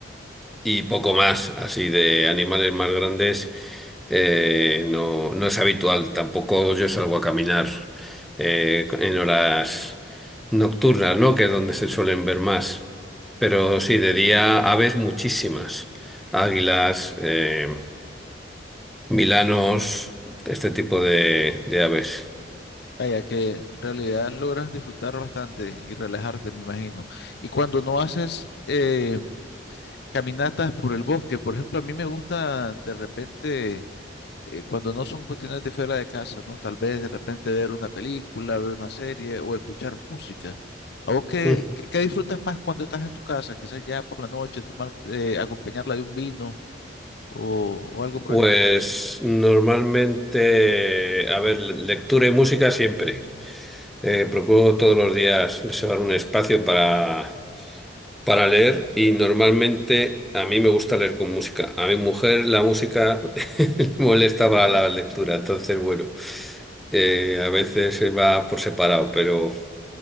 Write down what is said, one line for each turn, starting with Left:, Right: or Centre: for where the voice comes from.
Centre: y poco más, así de animales más grandes, eh, no, no es habitual. Tampoco yo salgo a caminar eh, en horas nocturnas, ¿no? Que es donde se suelen ver más. Pero sí, de día aves muchísimas. Águilas, eh, milanos, este tipo de, de aves.
Left: Vaya, que en realidad logras disfrutar bastante y relajarte, me imagino. Y cuando no haces... eh, Caminatas por el bosque, por ejemplo, a mí me gusta de repente, eh, cuando no son cuestiones de fuera de casa, ¿no? Tal vez de repente ver una película, ver una serie o escuchar música. ¿A vos qué,
Centre: Ujú.
Left: qué, qué disfrutas más cuando estás en tu casa? Quizás ya por la noche, tomar, eh, acompañarla de un vino o, o algo por
Centre: Pues
Left: el estilo.
Centre: normalmente, a ver, lectura y música siempre. Eh, procuro todos los días reservar un espacio para, para leer y normalmente a mí me gusta leer con música. A mi mujer la música <laughs> le molesta para la lectura, entonces bueno, eh, a veces se va por separado, pero